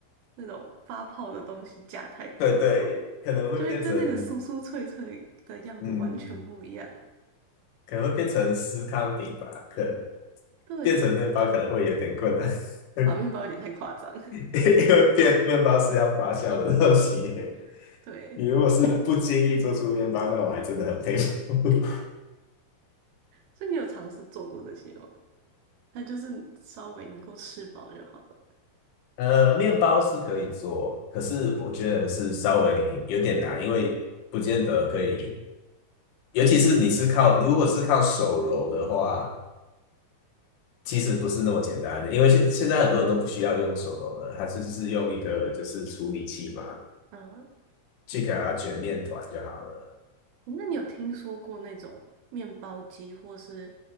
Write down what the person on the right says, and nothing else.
那种发泡的东西加太多了哈，
就会跟那个酥酥脆脆的样子完全不一样。
对，
好，面包有点太夸张，
<laughs> 对，
所以你有尝试做过这些吗？它就是稍微能够吃饱就好了。
嗯，
那你有听说过那种面包机，或是